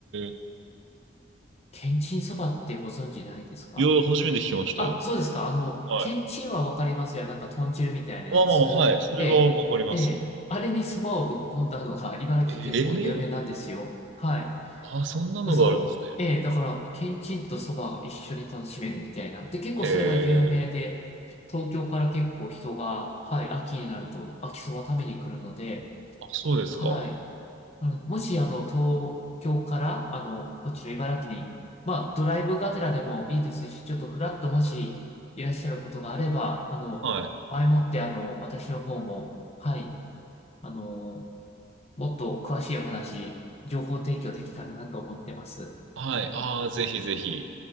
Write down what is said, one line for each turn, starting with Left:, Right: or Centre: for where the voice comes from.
Right: ー。
Left: 天津そばってご存知ないですか
Right: いや、初めて聞きましたよ。
Left: あ、そうですか。あの、
Right: はい。
Left: けんちんはわかりますよ。なんか豚汁みたいなやつ。
Right: まあまあ、はい。それはわかります。
Left: ええ、ええ。あれにそばをぶっ込んだのが茨城結構有名なんですよ。
Right: ええ
Left: はい。
Right: あ、そんなのがあるんですね。
Left: 嘘。ええ、だから、けんちんとそばが一緒に楽しめるみたいな。で、結構それが有名で、
Right: へえ。
Left: 東京から結構人が、はい、秋になると秋そば食べに来るので、
Right: あ、そうですか。
Left: はい、あのもし、あの、東京から、あの、こっちの茨城に、まあ、ドライブがてらでもいいですし、ちょっとフラッともしいらっしゃることがあれば、あの、
Right: はい。
Left: 前もって、あの、私の方も、はい、あの、もっと詳しいお話、情報提供できたらなと思ってます。
Right: はい。ああ、ぜひぜひ。